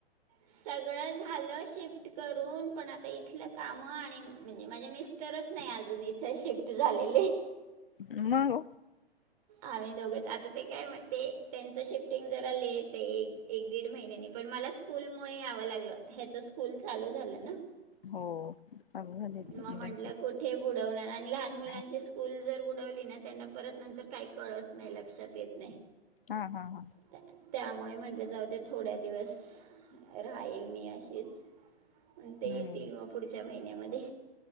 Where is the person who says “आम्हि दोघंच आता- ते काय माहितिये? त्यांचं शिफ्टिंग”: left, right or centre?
Right